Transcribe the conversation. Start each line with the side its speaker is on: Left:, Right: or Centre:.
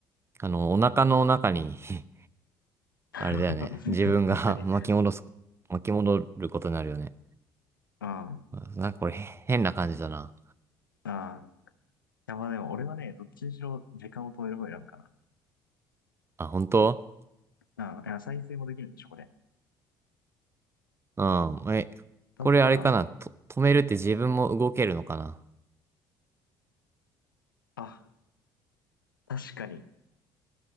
Right: あの、お腹の中に <laughs>
Left: <laughs> 確かに。
Right: あれだよね。自分が <laughs> 巻き戻す、巻き戻ることになるよね。
Left: うん。あ
Right: あなんかこれ変な感じだな。
Left: あ。いや、まあでも、俺はね、どっちにしろ時間を止める方を選ぶかな。
Right: あ、本当
Left: ああ、いや再生もできるんでしょ、これ。
Right: うん。え、
Left: だったら、
Right: これあれかな。と、止めるって自分も動けるのかな。
Left: あ、確かに。